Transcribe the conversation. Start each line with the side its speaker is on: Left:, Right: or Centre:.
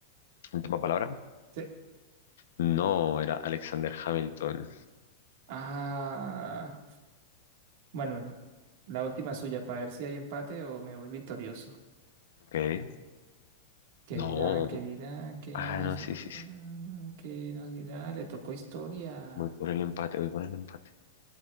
Left: Última palabra.
Right: Sí.
Left: No, era Alexander Hamilton.
Right: Ah, bueno, bueno. La última suya, para ver si hay empate o me voy victorioso.
Left: Ok.
Right: ¿Qué
Left: No.
Right: dirá? ¿Qué dirá? ¿Qué
Left: Ah,
Right: nos
Left: no, sí,
Right: dirá?
Left: sí, sí.
Right: ¿Qué nos dirá? Le tocó historia.
Left: Voy por el empate, voy por el empate.